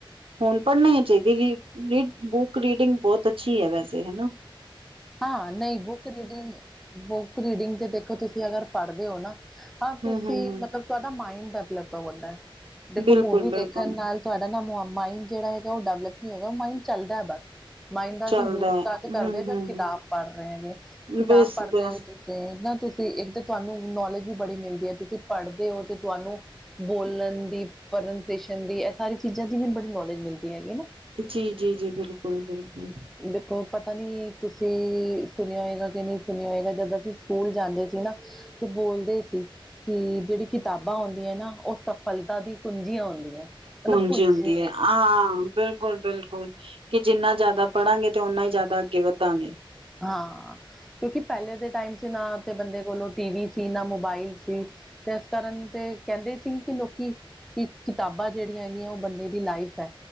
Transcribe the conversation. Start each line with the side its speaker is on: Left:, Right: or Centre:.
Right: ਹੁਣ ਪੜ੍ਹਨੀਆਂ ਚਾਹੀਦੀ ਹੀ, ਰੀਡ ਬੁੱਕ ਰੀਡਿੰਗ ਬਹੁਤ ਅੱਛੀ ਹੈ ਵੈਸੇ ਹੈਨਾ
Centre: ਹਾਂ, ਨਹੀਂ ਬੁੱਕ ਰੀਡਿੰਗ ਬੁੱਕ ਰੀਡਿੰਗ ਤੇ ਦੇਖੋ ਤੁਸੀਂ ਅਗਰ ਪੜ੍ਹਦੇ ਹੋ ਨਾ, ਹਾਂ ਤੁਸੀਂ
Right: ਹੂੰ-ਹੂੰ-ਹੂੰ।
Centre: ਮਤਲਬ ਤਾਡਾ ਮਾਇੰਡ ਡਿਵਲਪ ਹੁੰਦਾ, ਦੇਖੋ
Right: ਬਿਲਕੁਲ-ਬਿਲਕੁਲ
Centre: ਮੂਵੀ ਦੇਖਣ ਨਾਲ। ਤਾਡਾ ਨਾ ਮਾਈੰਡ ਜਿਹੜਾ ਹੈਗਾ ਉਹ ਡਿਵਲਪ ਨਹੀਂ ਹੋਗਾ ਉਹ ਮਾਈੰਡ ਚੱਲਦਾ ਹੈ ਬਸ। ਮਾਇੰਡ ਦਾ
Right: ਚੱਲਦਾ
Centre: ਅਸੀਂ ਯੂਜ
Right: ਹੈ।
Centre: ਤਦ ਕਰਦੇ
Right: ਹੂੰ-ਹੂੰ।
Centre: ਜਦ ਕਿਤਾਬ ਪੜ੍ਹ ਰਹੇ ਹੈਗੇ, ਕਿਤਾਬ
Right: ਬਸ-ਬਸ
Centre: ਪੜ੍ਹਦੇ ਹੋਏ ਤੁਸੀਂ। ਤੇ ਨਾ ਤੁਸੀਂ ਇੱਕ ਤਾਂ ਤੁਹਾਨੂੰ ਨੌਲੇਜ ਵੀ ਬੜੀ ਮਿਲਦੀ ਏ, ਤੁਸੀਂ ਪੜ੍ਹਦੇ ਹੋ ਤੇ ਤੁਹਾਨੂੰ ਬੋਲਣ ਦੀ, ਪਰਣਤੇਸ਼ਨ ਦੀ ਐਹ ਸਾਰੀ ਚੀਜ਼ਾਂ ਦੀ ਬੜੀ ਨੋਲੇਜ ਮਿਲਦੀ ਹੈਗੀ ਨਾ
Right: ਜੀ, ਜੀ, ਜੀ ਬਿਲਕੁਲ, ਬਿਲਕੁਲ।
Centre: ਦੇਖੋ ਪਤਾ ਨੀ ਤੁਸੀਂ ਸੁਣਿਆ ਹੋਏਗਾ ਕਿ ਨਹੀਂ ਸੁਣਿਆ ਹੋਏਗਾ ਜਦ ਅਸੀਂ ਸਕੂਲ ਜਾਂਦੇ ਸੀ ਨਾ ਬੋਲਦੇ ਸੀ। ਕਿ ਜਿਹੜੀ ਕਿਤਾਬਾਂ ਹੁੰਦੀਆਂ ਨਾ, ਉਹ ਸਫਲਤਾ ਦੀ ਕੁੰਜੀਆਂ ਹੁੰਦੀਆਂ। ਮਤਲਬ
Right: ਪੂੰਜੀ
Centre: ਕੁੰਜੀ
Right: ਹੁੰਦੀ, ਹਾਂ ਬਿਲ ਬਿਲਕੁਲ, ਬਿਲਕੁਲ ਕਿ ਜਿੰਨਾ ਜ਼ਿਆਦਾ ਪੜਾਂਗੇ ਤੇ ਓਨਾ ਜ਼ਿਆਦਾ ਅੱਗੇ ਵੱਧਾਂਗੇ।
Centre: ਹਾਂ, ਕਿਉਂਕਿ ਪੈਲੇ ਦੇ ਟਾਈਮ ਚ ਨਾ ਤੇ ਬੰਦੇ ਕੋਲੋਂ ਨਾ ਟੀ ਵੀ ਸੀ, ਨਾ ਮੋਬਾਈਲ ਸੀ ਤੇ ਏਸ ਕਾਰਨ ਤੇ ਕੈਂਦੇ ਸੀ ਕਿ ਲੋਕੀ ਕਿ ਕਿਤਾਬਾਂ ਜੇੜੀਆਂ ਹੈਗੀਆਂ, ਓਹ ਬੰਦੇ ਦੀ ਲਾਈਫ ਐ।